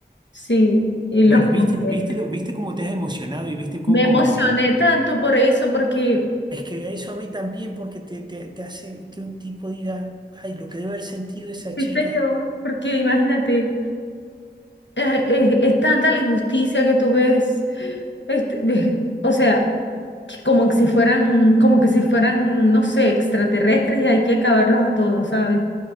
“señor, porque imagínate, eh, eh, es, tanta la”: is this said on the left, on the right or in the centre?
Left